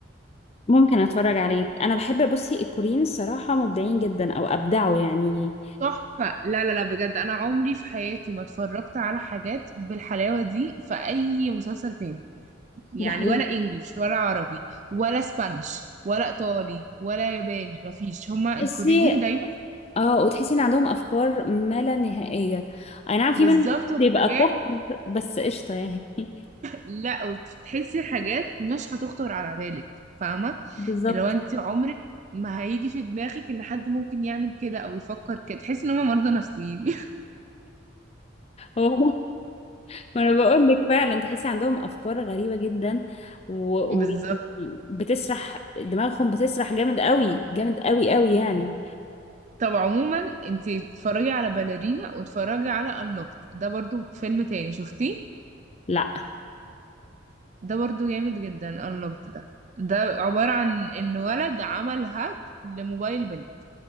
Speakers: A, on the left (about 30°); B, on the right (about 35°).
A: ممكن اتفرج عليه انا بحب بصي الكوريين الصراحة مبدعين جدا او ابدعوا يعني
B: تحفة لا لا لا بجد انا عمري في حياتي ما اتفرجت على حاجات بالحلاوة دي في اي مسلسل تاني يعني
A: ده حقيقي
B: ولا انجليش ولا عربي ولا اسبانيش ولا ايطالي ولا ياباني مفيش هما
A: تحسي
B: الكوريين دايما
A: اه وتحسي ان عندهم افكار ما لا نهائية اي نعم في
B: بالظبط
A: منهم بيبقى
B: في حاجات
A: كفر بس قشطة يعني <laughs>
B: لا وتحسي حاجات مش هتخطر على بالك فاهمه
A: بالظبط
B: اللي هو انت عمرك ما هيجي في دماغك ان حد ممكن يعمل كده او يفكر كده تحس ان هما مرضى نفسيين
A: هو ما انا بقول لك فعلا تحسي عندهم افكار غريبه جدا ويعني و...
B: <laughs> بالظبط
A: ويعني بتسرح دماغهم بتسرح جامد قوي جامد قوي قوي يعني
B: طب عموما انت اتفرجي على باليرينا واتفرجي على انلوكت ده برضو فيلم تاني شفتيه
A: لا
B: ده برضو جامد جدا unlocked ده ده عبارة عن ان ولد عمل هاك لموبايل بنت